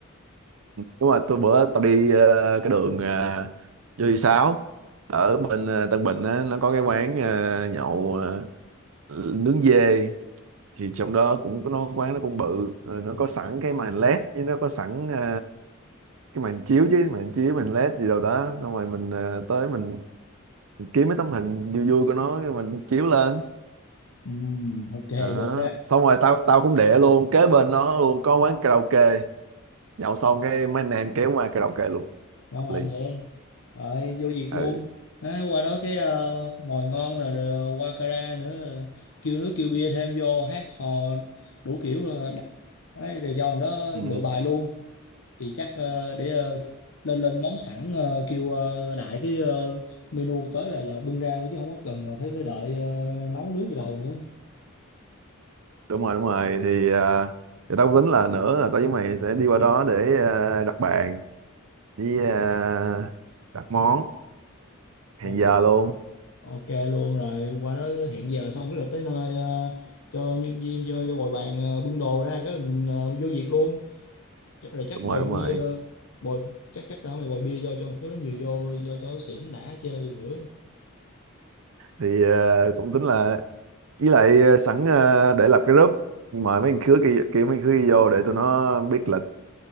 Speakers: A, on the right (about 75°); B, on the left (about 75°).
A: đúng rồi tôi bữa tao đi ờ, cái đường ờ, vô thị sáu ở bên ờ, Tân Bình á, nó có cái quán ờ, nhậu ờ, nướng dê thì trong đó cũng có nó quán nó cũng bự rồi nó có sẵn cái màn led với nó có sẵn ờ, cái màn chiếu chứ màn chiếu màn led gì đâu đó xong rồi mình ờ, tới mình kiếm mấy tấm hình vui vui của nó cái mình chiếu lên
B: Ừ, ok,
A: đó.
B: được á.
A: xong rồi tao tao cũng để luôn kế bên nó luôn có quán karaoke nhậu xong cái mấy anh em kéo qua karaoke luôn
B: ngon
A: hợp
B: lành
A: lý
B: vậy rồi vô việc
A: ừ
B: luôn Á, qua đó cái ờ, mồi ngon rồi, rồi ờ, qua kara nữa kêu nước kêu bia thêm vô hát hò đủ kiểu ờ, đặt- Đấy, rồi do thằng đó
A: Ừ.
B: lựa bài luôn thì chắc ờ, để ờ, lên lên món sẵn ờ, kêu ờ, đại cái ờ, menu tới là là bưng ra thôi chứ không có cần phải phải đợi ờ, nấu nướng từ đầu nữa
A: đúng rồi đúng rồi thì à, thì tao tính là nữa là tao với mày sẽ đi qua đó để à, đặt bàn với à, đặt món hẹn
B: O-
A: giờ luôn
B: ok luôn rồi qua đó hẹn giờ xong cái là tới nơi ờ, cho nhân viên cho cho bồi bàn ờ, bưng đồ ra cái là mình ờ, vô việc luôn chắc, rồi chắc
A: đúng
B: bồi
A: rồi đúng
B: bia
A: rồi
B: bồi chắc chắc tao mày bồi bia do cho một thứ nó nhiều vô do cho xỉn đã chơi bữa
A: thì à, cũng tính là với lại à, sẵn à, để lập cái group mời mấy thằng khứa kia kia mấy thằng khứa kia vô để tụi nó biết lịch